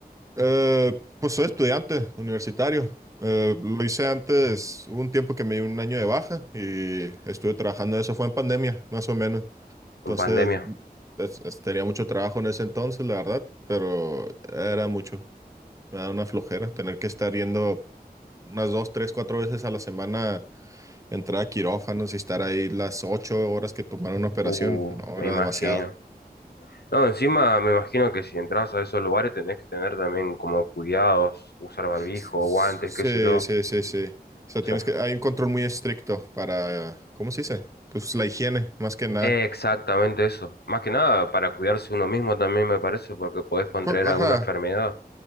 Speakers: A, on the right; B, on the left.
A: Eh, pues soy estudiante universitario. Eh, lo hice antes, hubo un tiempo que me dio un año de baja y estuve trabajando, eso fue en pandemia, más o menos. Entonces,
B: En pandemia.
A: es- es- tenía mucho trabajo en ese entonces, la verdad, pero era mucho. Me da una flojera tener que estar yendo unas dos, tres, cuatro veces a la semana, entrar a quirófanos y estar ahí las ocho horas que tomaron una operación.
B: Uh,
A: No,
B: me
A: era
B: imagino.
A: demasiado.
B: No, encima me imagino que si entras a esos lugares tenés que tener también como cuidados, usar barbijo,
A: Sí,
B: guantes, qué sé yo. O
A: sí, sí, sí. O sea,
B: sea,
A: tienes que, hay un control muy estricto para, ¿cómo se dice? Pues la higiene, más que nada.
B: exactamente eso. Más que nada para cuidarse uno mismo también me parece, porque podés contraer
A: Pues, ajá.
B: alguna enfermedad.